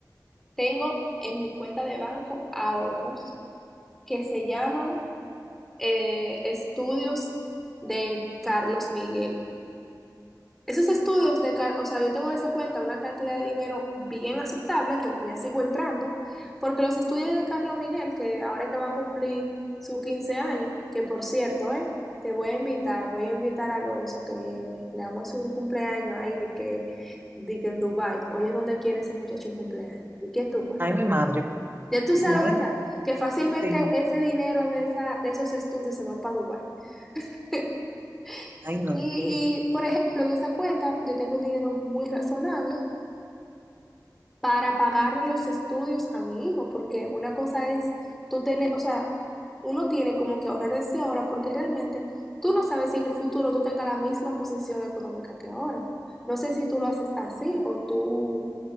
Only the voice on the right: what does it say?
Ay, mi madre.
Bueno,
sí.
Ay, no.